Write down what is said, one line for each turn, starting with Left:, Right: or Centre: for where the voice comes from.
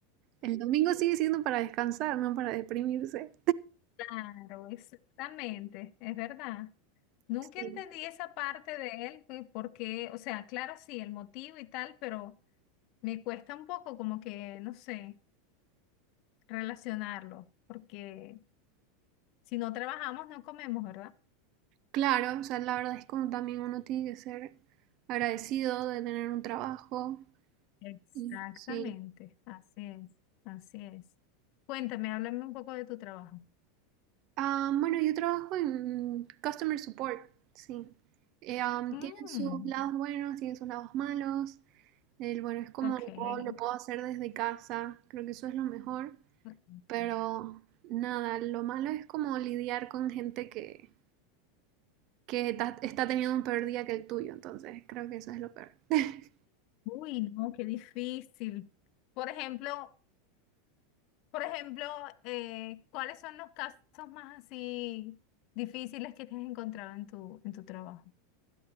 Right: el domingo sigue siendo para descansar, no para deprimirse.
Left: Claro, exactamente, es verdad. Nunca
Right: Sí.
Left: entendí esa parte de él, güey, porque, o sea, claro, sí, el motivo y tal, pero me cuesta un poco como que, no sé, relacionarlo, porque si no trabajamos no comemos, ¿verdad?
Right: Claro, o sea, la verdad es como también uno tiene que ser agradecido de tener un trabajo.
Left: Exactamente,
Right: Y sí.
Left: así es, así es. Cuéntame, háblame un poco de tu trabajo.
Right: Ah, bueno, yo trabajo en customer support, sí. Eh, am,
Left: Mm,
Right: tiene sus lados buenos, tiene sus lados malos. El bueno es como
Left: ok.
Right: lo puedo, lo puedo hacer desde casa, creo que eso es lo mejor.
Left: Ujú.
Right: Pero nada, lo malo es como lidiar con gente que, que ta- está teniendo un peor día que el tuyo, entonces creo que eso es lo peor. <laughs>
Left: Uy, no, qué difícil. Por ejemplo, Por ejemplo, eh, ¿cuáles son los casos más así difíciles que te has encontrado en tu, en tu trabajo?